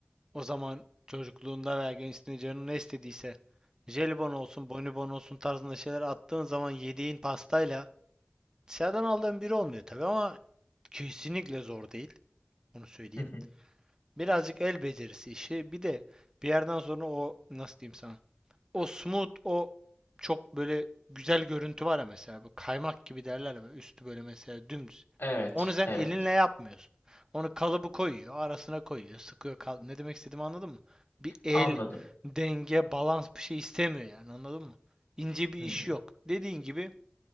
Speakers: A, on the right; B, on the left.
A: O zaman çocukluğunda veya gençliğinde canın ne istediyse jelibon olsun, bonibon olsun tarzında şeyler attığın zaman yediğin pastayla dışarıdan aldığın biri olmuyor tabii ama kesinlikle zor değil. Onu söyleyeyim.
B: <laughs>
A: Birazcık el becerisi işi. Bir de bir yerden sonra o nasıl diyeyim sana? O smooth, o çok böyle güzel görüntü var ya mesela. Bu kaymak gibi derler ya böyle üstü böyle mesela dümdüz.
B: Evet,
A: Onu sen
B: evet.
A: elinle yapmıyorsun. Onu kalıbı koyuyor, arasına koyuyor, sıkıyor. kal- Ne demek istediğimi anladın mı? Bir el,
B: Anladım.
A: denge, balans bir şey istemiyor yani anladın mı? İnce bir
B: Hmm.
A: iş yok. Dediğin gibi